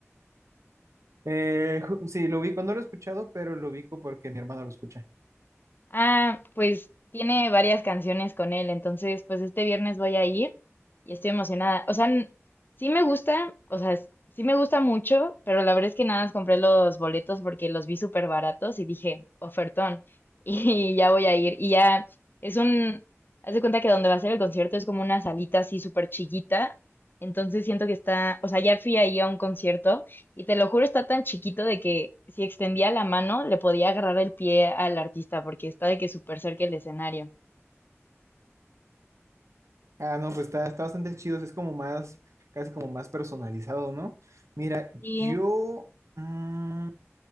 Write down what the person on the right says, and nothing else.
Eh, ju- sí, lo ubico. No lo he escuchado, pero lo ubico porque mi hermano lo escucha.
Ah, no, pues está, está bastante chido. Es como más, casi como más personalizado, ¿no? Mira,
yo... mm,